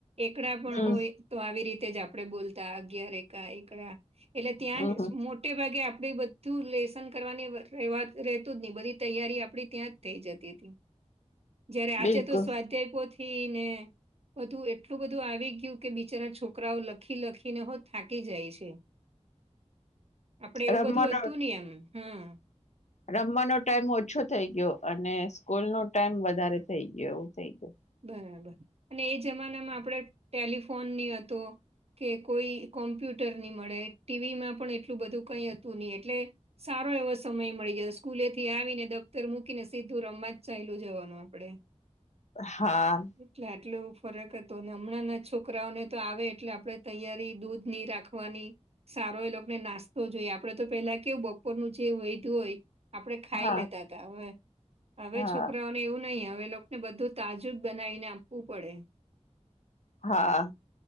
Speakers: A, on the right (about 55°); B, on the left (about 70°).
A: એકડા પણ
B: હમ
A: હોય તો આવી રીતે જ આપડે બોલતા અગયાર એકા એકડા એટલે ત્યાં
B: હમ હમ
A: જ મો તે ભાગે આપડી બધુ લેસન કરવાની રહેવાત રહેતુજ નહી બધી તૈયારી આપડી ત્યાંજ થઈ જતી હતી. જયારે આજે
B: બિલકુલ
A: તો સ્વાધ્યાયપોથી ને બધું એટલું બધું આવી ગયું કે બિચારા છોકરાઓ લખી લખીને હો થાકી જાય છે. આપડે એવુ
B: રમવાનો
A: બધુ હતુ ની એમ હમ્મ.
B: રમવાનો ટાઈમ ઓછો થઇ ગયો અને સ્કૂલ નો ટાઈમ વધારે થઇ ગયો એવું થઈ ગયુ.
A: બરાબર અને એ જમાનામાં આપડે ટેલિફોન ની હતો કે કોઈ કોમ્પ્યુટર નહી મળે ટી વી માં પણ એટલું બધું કઈ હતું નહી એટલે સારો એવો સમય મળી જાય સ્કૂલે થી આવીને દફ્તર મૂકીને સીધું રમવા જ ચાલી જવાનુ આપડે.
B: હા.
A: એટલે આટલો એવુ ફરક હતો, અને હમણાં ના છોકરાઓને તો આવે, એટલે આપડે તૈયારી દૂધ ની રાખવા. વાની સારો એલોકોને નાસ્તો જોઈએ, આપડે તો પેલા કેવું બપોરનુ જે વયધુ હોય. આપણે ખાઈ
B: હા
A: લેતા હતા, હવે હવે
B: હા
A: છોકરાઓને એવુ નહી હવે બધું. તાજુ બનાવીને આપવુ પડે.
B: હા.